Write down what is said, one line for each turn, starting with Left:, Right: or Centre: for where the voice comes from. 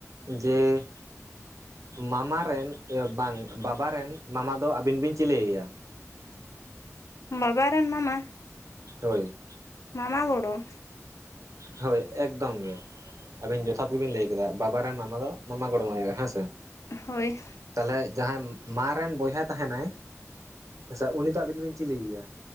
Right: ᱡᱮ ᱢᱟᱢᱟ ᱨᱮᱱ ᱵᱟᱝ ᱵᱟᱵᱟ ᱨᱮᱱ ᱢᱟᱢᱟ ᱫᱚ ᱟᱹᱵᱤᱱ ᱵᱤᱱ ᱪᱤᱞᱤ ᱟᱭᱟ?
Left: ᱵᱟᱵᱟ ᱨᱮᱱ ᱢᱟᱢᱟ?
Right: ᱦᱳᱭ
Left: ᱢᱟᱢᱟ ᱜᱚᱲᱚᱢ
Right: ᱦᱳᱭ ᱮᱠᱫᱚᱢ ᱜᱮ ᱟᱵᱤᱱ ᱡᱚᱛᱷᱟᱛ ᱜᱮᱵᱤᱱ ᱞᱟᱹᱭ ᱠᱮᱫᱟ ᱵᱟᱵᱟ ᱨᱮᱱ ᱢᱟᱢᱟ ᱫᱚ ᱢᱟᱢᱟ ᱜᱚᱲᱚᱢ ᱦᱩᱭᱩᱜᱼᱟ ᱦᱮᱸ ᱥᱮ
Left: ᱦᱳᱭ
Right: ᱛᱟᱦᱚᱞᱮ ᱡᱟᱦᱟᱸᱭ ᱢᱟ ᱨᱮᱱ ᱵᱚᱭᱦᱟ ᱛᱟᱦᱮᱱᱟᱭ ᱟᱪᱪᱷᱟ ᱩᱱᱤ ᱫᱚ ᱟᱵᱤᱱ ᱵᱤᱱ ᱪᱤᱞᱤᱭᱮᱭᱟ